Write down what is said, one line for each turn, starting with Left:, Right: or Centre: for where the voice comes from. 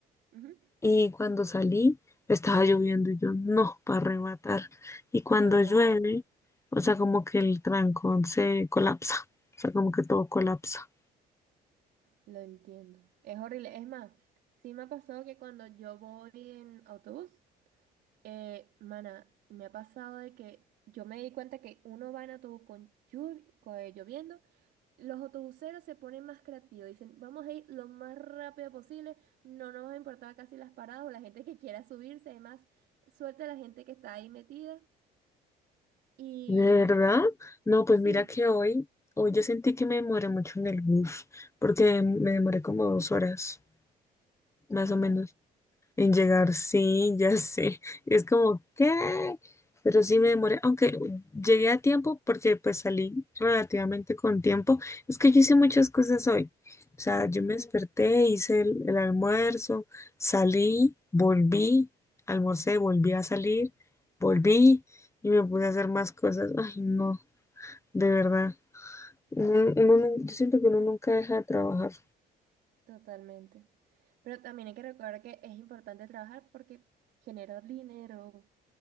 Right: Ujú.
Left: Y cuando salí, estaba lloviendo y yo, no, para arrebatar. Y cuando
Right: Ay,
Left: llueve, o sea, como que el trancón se colapsa, o sea, como que todo colapsa.
Right: lo entiendo. Es horrible. Es más, sí me ha pasado que cuando yo voy en autobús, eh, mana, me ha pasado de que yo me di cuenta que uno va en autobús con lluv- con, eh, lloviendo, los autobuseros se ponen más creativos, dicen, vamos a ir lo más rápido posible, no nos va a importar casi las paradas o la gente que quiera subirse, además, suerte a la gente que está ahí metida. Y
Left: ¿De verdad? No,
Right: sí.
Left: pues mira que hoy, hoy yo sentí que me demoré mucho en el bus, porque me demoré como dos horas, más
Right: Wow,
Left: o menos. En llegar, sí, ya sé. Es como, ¿qué? Pero sí me demoré, aunque llegué a tiempo porque pues salí relativamente con tiempo. Es que yo hice muchas cosas hoy. O sea,
Right: ujú,
Left: yo me desperté, hice el, el almuerzo, salí, volví, almorcé, volví a salir, volví y me puse a hacer más cosas. Ay, no, de verdad. Uno- uno nu- yo siento que uno nunca deja de trabajar.
Right: totalmente. Pero también hay que recordar que es importante trabajar porque genera dinero,